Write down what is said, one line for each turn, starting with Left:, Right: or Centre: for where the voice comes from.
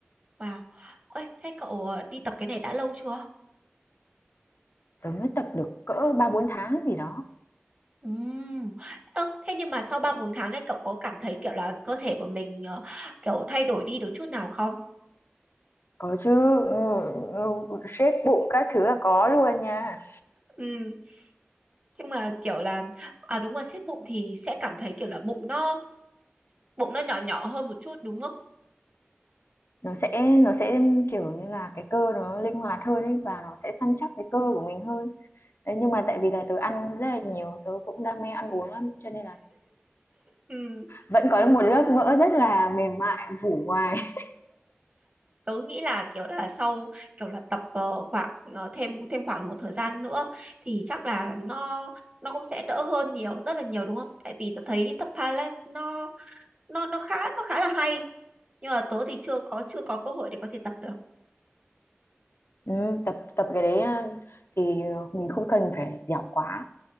Right: wow. Ôi, thế cậu ờ, đi tập cái này đã lâu chưa?
Left: Tôi mới tập được cỡ 3 4 tháng gì đó.
Right: Ừm. Ơ, thế nhưng mà sau 3 4 tháng ấy cậu có cảm thấy kiểu là cơ thể của mình ờ, kiểu thay đổi đi được chút nào không?
Left: Có chứ, ừ, ừ, shape bụng các thứ là có luôn nha.
Right: Ừm, Nhưng mà kiểu là à đúng rồi siết bụng thì sẽ cảm thấy kiểu là bụng nó bụng nó nhỏ nhỏ hơn một chút đúng không?
Left: Nó sẽ nó sẽ kiểu như là cái cơ nó linh hoạt hơn ấy và nó sẽ săn chắc cái cơ của mình hơn. Đấy, nhưng mà tại vì là tớ ăn rất là nhiều, tớ cũng đam mê ăn uống lắm cho nên là
Right: Ừ.
Left: vẫn có một lớp mỡ rất là mềm mại phủ ngoài. <laughs>
Right: tớ nghĩ là kiểu là sau kiểu là tập ờ, khoảng ờ, thêm thêm khoảng một thời gian nữa thì chắc là nó nó cũng sẽ đỡ hơn nhiều rất là nhiều đúng không? Tại vì tớ thấy tập ballet nó nó nó khá nó khá là hay nhưng mà tớ thì chưa có chưa có cơ hội để có thể tập được.
Left: Ừ, tập tập cái đấy ờ, thì mình không cần phải dẻo quá,